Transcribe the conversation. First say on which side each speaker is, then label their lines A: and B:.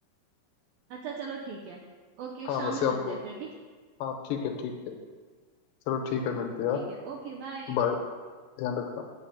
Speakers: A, on the right; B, on the left.
A: अच्छा चलो ठीक है ओके
B: हाँ
A: शाम
B: मैं
A: में
B: शाम
A: मिलते
B: को
A: हैं फिर ठीक है
B: हाँ ठीक है ठीक है चलो ठीक है मिलते
A: ठीक
B: हैं
A: है ओके बाय
B: बाय ध्यान रखना